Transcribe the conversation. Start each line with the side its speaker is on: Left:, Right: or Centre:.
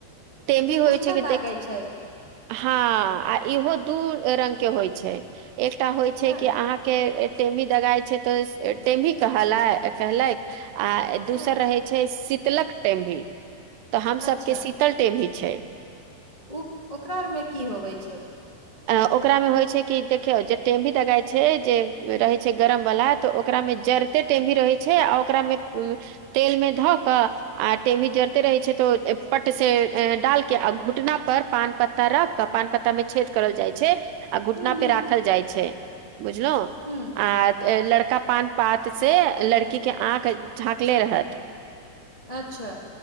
Right: टेमी
Left: जे
Right: होइ
Left: गुठना
Right: छै, जे
Left: दागै
Right: देख
Left: छै
Right: हँ, आ इहो दू रंग के होइ छै, एकटा होइ छै
Left: हँ
Right: कि अहाँके टेमी दगाय छै तऽ, टेमी कहलै कहलैक। आ दोसर
Left: हँ
Right: रहे छै, शीतलक टेम भी। तऽ, हम सबके
Left: अच्छा
Right: शीतल टेम भी छै।
Left: ओ, ओकरा आरमे की होबै छै?
Right: आ, ओकरामे होइ छै कि देखियौ, जे टेम भी दगााय छै, जे रहै छै गरम वाला, तऽ ओकरामे जड़ ते टेम भी रहै छै, आ ओकरा मे तेल मे धऽ कऽ आ टेमी जरते रहै छै तो, पट से डालके, आ घुटना पर पान पत्ता रख कऽ, पान पत्ता मे छेद करल जाइ छै, आ घुटना
Left: हूँ
Right: पे राखल जाइ छै। बुझलौ?
Left: हूं।
Right: आ लड़का पान पात से, लड़की के आँख झाँकले रहत।
Left: अच्छा।